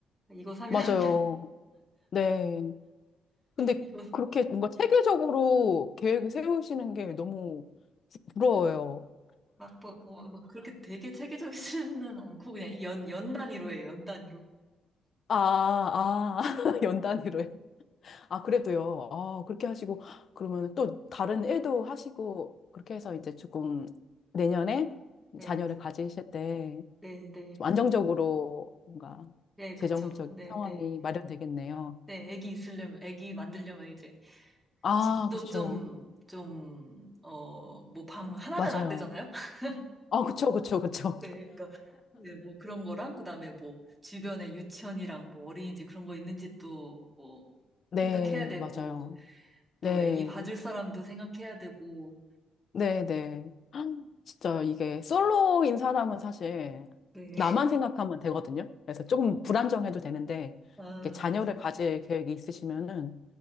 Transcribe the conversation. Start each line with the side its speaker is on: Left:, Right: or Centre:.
Centre: 이거 사면
Left: 맞아요.
Centre: <laughs>
Left: 네. 근데
Centre: 이거
Left: 그렇게 뭔가 체계적으로 계획을 세우시는 게 너무 부러워요.
Centre: 막, 뭐, 어, 막 그렇게 되게 체계적이지는 않고 그냥 이 연, 연 단위로 해요. 연 단위로.
Left: 아, 아, <laughs> 연 단위로요. 아, 그래도요. 아, 그렇게 하시고, 그러면 또 다른 일도 하시고, 그렇게 해서 이제 조금 내년에
Centre: 네,
Left: 자녀를 가지실 때
Centre: 네, 네.
Left: 좀 안정적으로 뭔가
Centre: 네, 그쵸.
Left: 재정적인
Centre: 네,
Left: 상황이
Centre: 네.
Left: 마련되겠네요.
Centre: 네, 애기 있으려면, 애기 만들려면 이제
Left: 아,
Centre: 집도
Left: 그렇죠.
Centre: 좀, 좀, 어, 뭐 방 하나면
Left: 맞아요.
Centre: 안 되잖아요? <laughs>
Left: 아, 그쵸, 그쵸, 그쵸.
Centre: 네, 그러니까, 네, 뭐 그런 거랑, 그 다음에 뭐 주변에 유치원이랑 뭐 어린이집 그런 거 있는지 또 뭐
Left: 네,
Centre: 생각해야 되고,
Left: 맞아요.
Centre: 또
Left: 네.
Centre: 애기 봐줄 사람도 생각해야 되고,
Left: 네네. 진짜 이게 솔로인 사람은 사실
Centre: 네.
Left: 나만 생각하면 되거든요. 그래서 조금 불안정해도 되는데,
Centre: 아,
Left: 이렇게 자녀를
Centre: 네.
Left: 가질 계획이 있으시면은